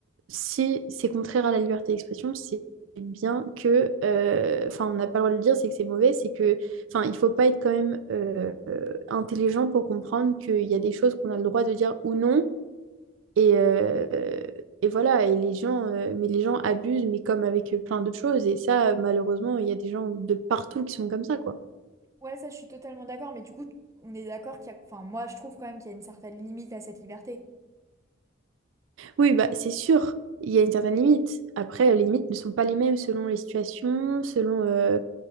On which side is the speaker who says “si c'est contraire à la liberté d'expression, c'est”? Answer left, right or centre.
Right